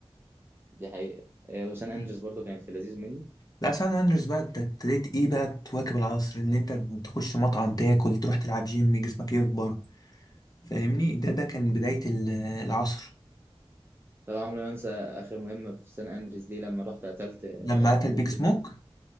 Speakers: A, on the right (about 20°); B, on the left (about 40°).
A: دي حقيقه آه، وسان اندريس
B: مم.
A: برضو كانت في لذيذ مني
B: لا سان أندريس بقى أنت ابتديت إيه بقى تواكب العصر إن أنت تخش مطعم تاكل تروح تلعب جيم جسمك يكبر فاهمني ده ده كان بداية ال- العصر
A: طبعا عمري ما انسى اخر مهمه في سان اندريس دي لما رحت قتلت آه،
B: لما مم. قتل
A: بيج
B: بيج
A: سموك
B: سموك